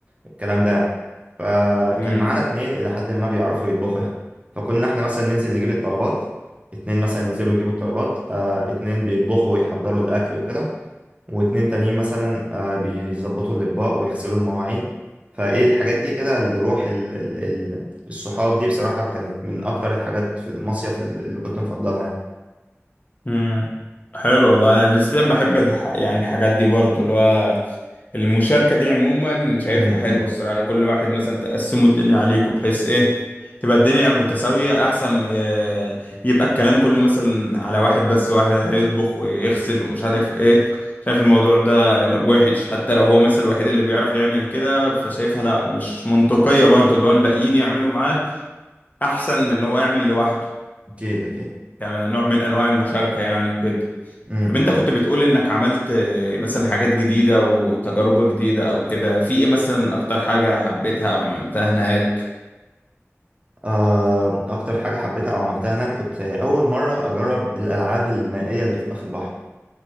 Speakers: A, on the right; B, on the left.
A: الكلام ده فكان
B: امم
A: معانا اتنين إلى حد ما بيعرفوا يطبخوا يعني فكنا إحنا مثلا ننزل نجيب الطلبات اتنين مثلا ينزلوا يجيبوا الطلبات آه اتنين بيطبخوا ويحضروا الأكل وكده واتنين تانيين مثلا آه، بيظبطوا الأطباق ويغسلوا المواعين فايه الحاجات دي كده الروح ال- ال- ال- الصحاب دي بصراحة كانت من أكتر الحاجات في المصيف ال- اللي كنت مفضلها يعني
B: امم حلو والله أنا نسبيا بحب الح... يعني الحاجات دي برضو اللي هو المشاركة دي عموما شايفها
A: امم
B: حلوة
A: إمم.
B: الصراحة كل واحد مثلا تقسموا الدنيا عليكم بحيث ايه تبقى الدنيا متساوية أحسن ما ي- يبقى الكلام كله مثلا على واحد بس واحد هيطبخ ويغسل ومش عارف ايه شايف الموضوع ده لا، وحش حتى لو هو مثلا الوحيد اللي بيعرف يعمل كده فشايفها لا مش منطقية برضو اللي هو الباقيين يعملوا معاه أحسن من إن هو يعمل لوحده
A: أكيد أكيد
B: يعني نوع من أنواع المشاركة يعني وكده
A: امم
B: طب انت
A: إمم.
B: كنت بتقول انك عملت آه، مثلا حاجات جديدة وتجربة جديدة او كده في ايه مثلا اكتر حاجة حبيتها او عملتها هناك
A: آه، أكتر حاجة حبيتها أو عملتها هناك كنت أول مرة أجرب الألعاب المائية اللي بتبقى في البحر